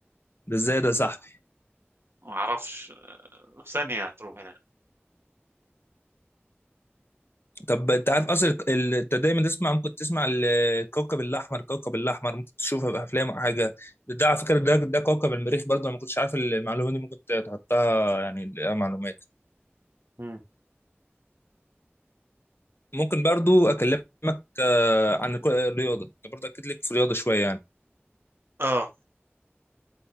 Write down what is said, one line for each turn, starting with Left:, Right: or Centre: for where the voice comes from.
Left: ده ازاي ده صح
Right: ما اعرفش ثانية هتروح هنا
Left: طب انت عارف اصلا ال- انت دايما تسمع ممكن تسمع الكوكب الاحمر كوكب الاحمر ممكن تشوفها في افلام او حاجه ده على فكره ده ده كوكب المريخ برضو انا ما كنتش عارف المعلومه دي ممكن تحطها يعني لها معلومات
Right: مم.
Left: ممكن برضو اكلمك آه، عن الكو- الرياضه انت برضو اكيد ليك في الرياضه شويه يعني
Right: اه